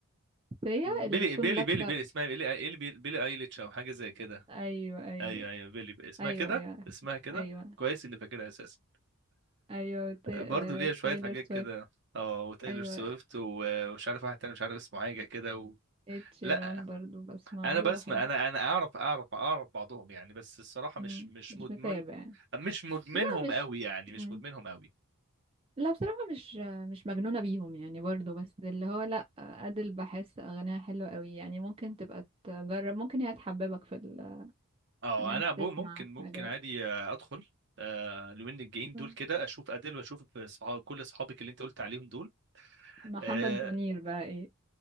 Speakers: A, on the right (about 25°); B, on the right (about 55°).
A: هي
B: بيلي
A: اللي بتكون
B: بيلي
A: لابسة
B: بيلي بيلي اسمها بيلي إيه بيلي, بيلي ايليتش او حاجه زي كده
A: ايوه ايوه
B: ايوه ايوه بيلي بيلي. اسمها
A: ايوه
B: كده
A: ايوه عارفة.
B: اسمها كده
A: ايوه
B: كويس اني فاكرها اساسا
A: ايوه تا-
B: برضه ليها
A: آه،
B: شويه
A: تايلر
B: حاجات
A: سويفت
B: كده اه وتايلور
A: ايوه
B: سويفت و- ومش عارف واحد تاني مش عارف اسمه حاجه كده و...
A: اتشيران
B: لا
A: برضو بسمع
B: انا
A: له
B: بسمع
A: بحب
B: انا انا اعرف اعرف اعرف بعضهم يعني بس الصراحه
A: مم.
B: مش مش
A: مش
B: مدمن
A: متابع
B: مش مدمنهم
A: لا مش
B: قوي يعني
A: مم.
B: مش مدمنهم قوي
A: لا بصراحة مش مش مجنونة بيهم يعني برضو بس اللي هو لا أدل بحس أغانيها حلوة قوي يعني ممكن تبقى تجرب ممكن هي تحببك في ال...
B: اه
A: إن أنت
B: انا
A: تسمع
B: ب- ممكن ممكن
A: حاجات
B: عادي آه، ادخل آه لوين الجايين
A: مم.
B: دول كده اشوف ادل واشوف صحاب كل اصحابك اللي انت قلت عليهم دول
A: محمد
B: آه
A: منير بقى إيه